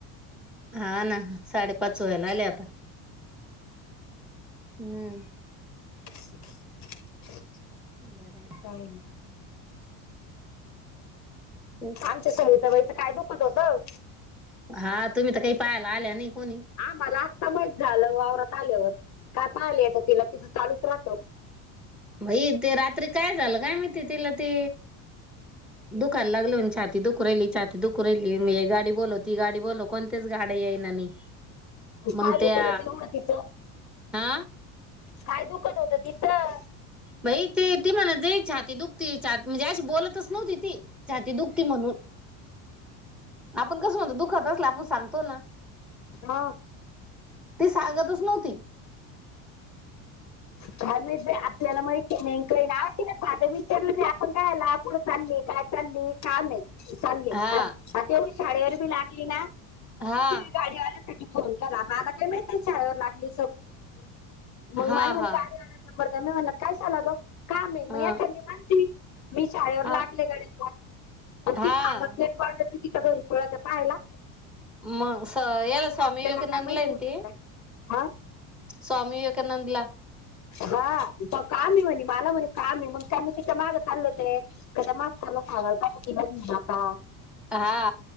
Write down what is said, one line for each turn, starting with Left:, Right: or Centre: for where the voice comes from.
Centre: हा ना साडेपाच व्हायला आले आता हम्म
Left: <inaudible>
Centre: बरंय
Left: काय
Centre: तेच.
Left: आमच्या सविता बाईचं काय दुखत होतं
Centre: हा तुम्ही तर काही पायाला आल्या नाही कोणी
Left: आमा आस्ता माहत झालं वावरात आल्यावर काय पाहिलं आता तिला तिथं चालूच राहतं
Centre: मई ते रात्री काय झालं काय? महीत तिला ते दुखाला लागल म्ह छाती दुख राहिली छाती दुख राहिली म हे गाडी बोलवती गाडी बोलो कोणतेच गाड्या येई ना नाही मग
Left: काय दुखत
Centre: त्या
Left: होत. एवढं तिच
Centre: हा
Left: काय दुखत होत? तिचं
Centre: बई ते ती म्हणा जय छाती दुखती छ म्हणजे अशी बोलतच नव्हती ती छाती दुखती म्हणून आपण कस म्हणतो दुखत असलं आपण सांगतो ना
Left: हा
Centre: ती सांगतच नव्हती
Left: काय माहीत आपल्याला म नाही ना साधं विचारलं की आपण काय आला पुढं चालले काय चाल काम नाही चाले
Centre: हा
Left: आ आता एवढी शाळेवर बी लागली ना तरी
Centre: हा
Left: ती गाडी फोन केला मला का महित शाळेवर लागली <inaudible> नंबर
Centre: हा हा
Left: द्या मी म्हणलं कशाला ग काम आहे
Centre: हा
Left: मग एखादी माणती मी शाळेवर
Centre: हा
Left: लागले गड्यात आणि
Centre: हा
Left: ती सांगत नाही तिच्या घरीपोळा तर पाहायला
Centre: मग याला
Left: मग इथे
Centre: स्वामी
Left: आपल्याला
Centre: विवेकानंदलाय
Left: काय माहिती होतं
Centre: ती
Left: काय हा
Centre: स्वामी विवेकानंद ला ना दिला
Left: हा प काम आहे म्हणे मला म्हणे काम आहे मग त्या म तिच्या माग चाल होते क माग त्याला साांवळता होती न नका <inaudible>
Centre: हा